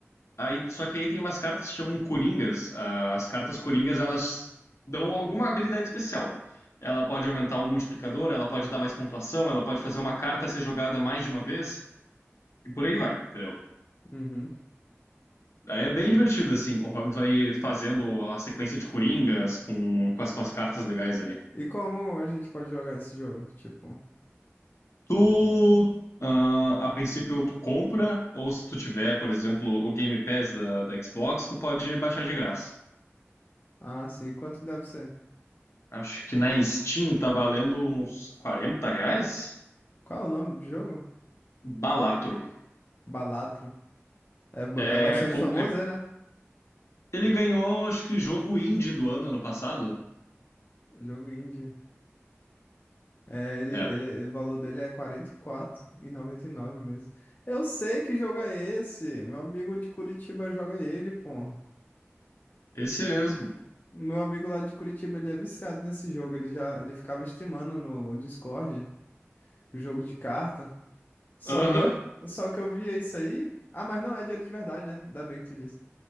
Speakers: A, on the left; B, on the left.
A: Aí, só que aí tem umas cartas que chamam Coringas. Ah, As cartas Coringas, elas dão alguma habilidade especial. Ela pode aumentar o multiplicador, ela pode dar mais pontuação, ela pode fazer uma carta ser jogada mais de uma vez, e por aí vai, entendeu?
B: Uhum.
A: Aí é bem divertido, assim, conforme tu vai fazendo a sequência de Coringas com, com as tuas cartas legais ali.
B: E como a gente pode jogar esse jogo? Tipo.
A: Tu, ah, a princípio, tu compra, ou se tu tiver, por exemplo, o Game Pass da, da Xbox, tu pode baixar de graça.
B: Ah, sim. Quanto que deve ser?
A: Acho que na Steam tá valendo uns 40 reais?
B: Qual é o nome do jogo?
A: Balatro.
B: Balatro. É, ba-
A: É,
B: é bastante
A: com-
B: famoso,
A: é-
B: ele, né?
A: ele ganhou, acho que, jogo indie do ano, ano passado.
B: Jogo indie. É, ele,
A: É,
B: ele, ele, o valor dele é quarenta e e e quatro noventa e nove mesmo. Eu sei que jogo é esse. Meu amigo de Curitiba joga ele, pô.
A: esse mesmo.
B: Meu amigo lá de Curitiba, ele é viciado nesse jogo. Ele já, ele ficava streamando no Discord, o jogo de carta. Só
A: Aham.
B: que eu, só que eu via isso aí. Ah, mas não é dinheiro de verdade, né? Ainda bem que tu disse.